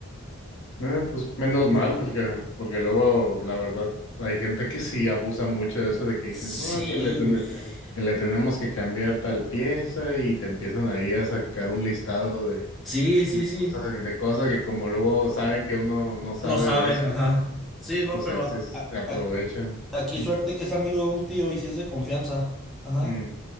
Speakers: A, on the left; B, in the centre.
A: Ah, pues menos
B: Co-
A: mal,
B: ¿Cómo ves?
A: porque, porque luego, la verdad, hay gente que sí abusa mucho de eso, de que dicen,
B: Sí,
A: no, que le, ten-
B: güey.
A: que le tenemos que cambiar tal pieza y te empiezan ahí a sacar un listado de,
B: Sí, sí,
A: de
B: sí.
A: cosas, de cosas que como luego saben que uno no sabe
B: No sabe,
A: de eso,
B: ajá. Sí, no,
A: pues
B: pero
A: es,
B: a-
A: es-
B: a-
A: se aprovechan.
B: a- aquí
A: Ujú.
B: suerte que es amigo de un tío y si es de confianza. Ajá.
A: Mm,